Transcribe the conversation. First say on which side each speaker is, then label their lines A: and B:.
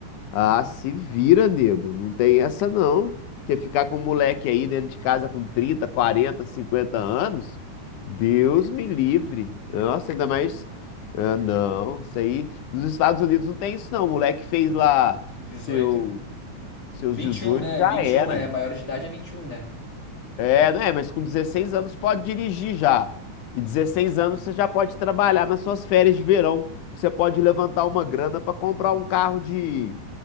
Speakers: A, on the left; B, on the left.
A: Ah, se vira, nego. Não tem essa não. Porque ficar com um moleque aí dentro de casa com 30, 40, 50 anos, Deus me livre. Nossa, ainda mais. Ah, não, isso aí. Nos Estados Unidos não tem isso, não. O moleque fez lá
B: dezoito
A: seu, seus
B: vinte
A: 18,
B: e um né?
A: já
B: vinte
A: era.
B: e um é, maior de idade é vinte e um né?
A: É, né? Mas com 16 anos pode dirigir já. E 16 anos você já pode trabalhar nas suas férias de verão, que você pode levantar uma grana pra comprar um carro de.